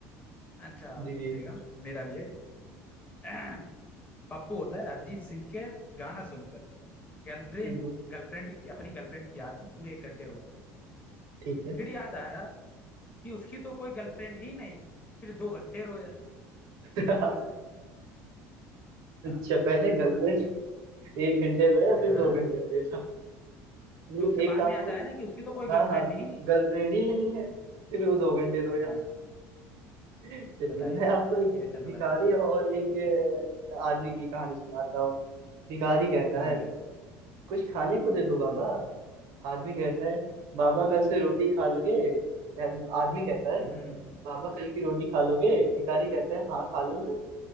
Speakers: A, on the left; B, on the right.
A: अच्छा
B: जी
A: आप सुनिएगा मेरा भी है <clears throat> पप्पू होता है अरिजीत सिंह के गाना सुनकर गर्लफ्रेंड
B: हम्म,
A: गर्लफ्रेंड की अपनी गर्लफ्रेंड की याद में पूरे एक घंटे रोया
B: ठीक है
A: फिर याद आया कि उसकी तो कोई गर्लफ्रेंड ही नहीं फिर दो घंटे रोया
B: <laughs>
A: समझ रहे हैं
B: अच्छा
A: हाँ
B: पहले घर में एक घंटे रोया
A: हाँ
B: फिर दो घंटे रोया
A: वो
B: ये
A: उसे
B: एक
A: बाद
B: आपको
A: में याद आया ना कि उसकी तो कोई
B: हाँ
A: गर्लफ्रेंड
B: हाँ
A: ही नहीं
B: गर्लफ्रेंड ही नहीं है फिर वो दो घंटे रोया
A: हाँ
B: चलिए
A: बताइए
B: मैं आपको एक
A: ये चल रहा
B: भिखारी
A: है
B: और एक अ, आदमी की कहानी सुनाता हूँ भिखारी कहता
A: हाँ
B: है
A: बिल्कुल
B: कुछ खाने को दे दो बाबा
A: हम्म
B: आदमी कहता है बाबा कल से रोटी खा लोगे या- आदमी कहता है
A: हम्म
B: बाबा कल की रोटी खा लोगे भिखारी कहता है हाँ खा लूंगा
A: हम्म।